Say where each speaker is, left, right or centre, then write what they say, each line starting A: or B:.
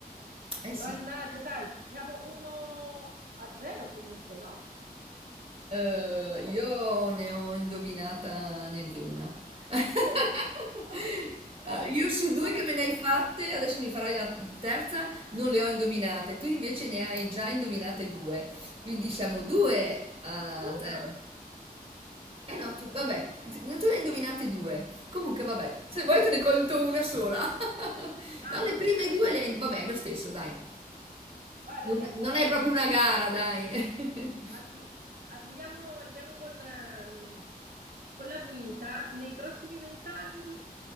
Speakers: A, on the right (about 35°); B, on the right (about 65°).
A: eh sì.
B: Mannaggia, dai, siamo 1 a 0 comunque, no?
A: Eh,
B: Eh,
A: io ne ho indovinata neanche una. <laughs>
B: Io una. Ok,
A: Eh,
B: dai,
A: Io su
B: andiamo
A: due che me
B: con
A: ne hai fatte, adesso mi farai la terza, non le ho indovinate. Tu invece ne hai già indovinate due. Quindi siamo due a
B: una.
A: zero. Eh no, tu, vabbè, no, tu ne hai indovinate due. Comunque, vabbè, se vuoi te ne conto una sola. <laughs>
B: Ah,
A: No,
B: va
A: le
B: bene,
A: prime
B: dai.
A: due le hai... Vabbè, è lo stesso, dai.
B: Vai,
A: Non,
B: andiamo
A: non
B: con la
A: è
B: quinta.
A: proprio una gara, dai. <laughs>
B: Ma sì, andiamo, andiamo con, ehm, con la quinta. Nei prossimi vent'anni,